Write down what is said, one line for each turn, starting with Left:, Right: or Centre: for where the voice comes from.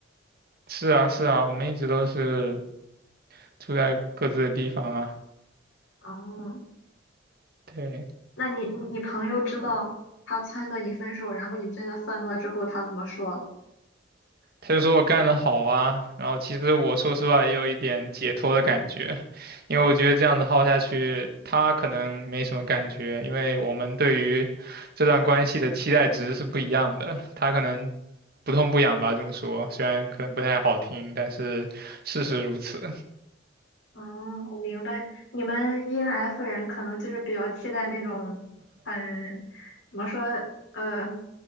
Right: 是啊，是啊，我们一直都是住在各自的地方啊。
Left: 哦，
Right: 对。
Left: 那你你你朋友知道他撺掇你分手，然后你真的分了之后，他怎么说？
Right: 他就说我干得好啊，然后其实我说实话也有一点解脱的感觉，因为我觉得这样子耗下去，他可能没什么感觉，因为我们对于这段关系的期待值是不一样的，他可能不痛不痒吧，这么说，虽然可能不太好听，但是事实如此。
Left: 嗯，我明白，你们 ENF 人可能就是比较期待那种很，怎么说，呃，